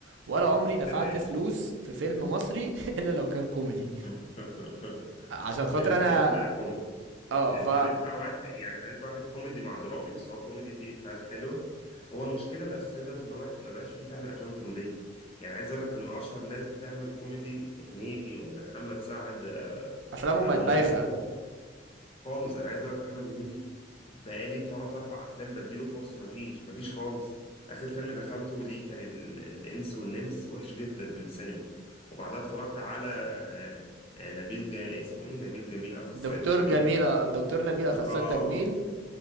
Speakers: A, on the right; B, on the left.
A: ولا عمري دفعت
B: تمام
A: فلوس في فيلم مصري <laughs> الا لو كان كوميدي
B: <laughs>
A: عشان خاطر
B: الحريفه
A: انا
B: لا
A: اه ف
B: الحريفة واحد يعني الحريفة واحد كوميدي مع درامي بس هو كوميدي فيه إفيهات حلوة هو المشكلة الأساسية دلوقتي إن هو ما بقاش فيه فعلا أفلام كوميدية يعني عايز أقول لك إن أشهر ناس بتعمل كوميدي هنيدي ولا محمد سعد آه،
A: افلامهم
B: أو
A: بقت بايخه
B: الناس دي خلاص خالص أنا عايز أقول لك محمد هنيدي بقالي تلات أربع أفلام بديله فرصة مفيش مفيش خالص آخر فيلم دخلته ليه كان ال... الإنس والنمس وحش جدا في السينما وبعدها اتفرجت على آه، آه، نبيل جا... اسمه إيه نبيل جميل أخصائي
A: دكتور
B: تجميل
A: جميل دكتور نبيل
B: دك-
A: اخصائي
B: اه
A: تجميل